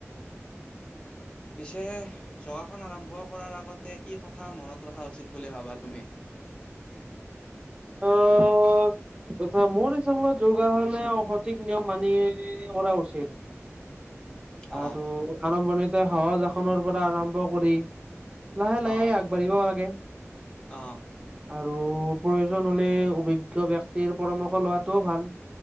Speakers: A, on the right; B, on the left.
A: <unintelligible>
B: পিছে জগাসন আৰম্ভ কৰাৰ আগতে কি কথা মনত ৰখা উচিত বুলি ভাবা তুমি
A: ত তথা মোৰ ত যোগাসনে সঠিক নিয়ম মানি কৰা উচিত
B: অ'
A: আৰু আৰম্ভণিতে সহজ এখনৰ পৰা আৰম্ভ কৰি লাহে লাহে
B: অ'
A: আগবাঢ়িব লাগে
B: অ
A: আৰু প্ৰয়োজন হলে অভিজ্ঞ ব্যক্তিৰ পৰামৰ্শ লোৱাটোও ভাল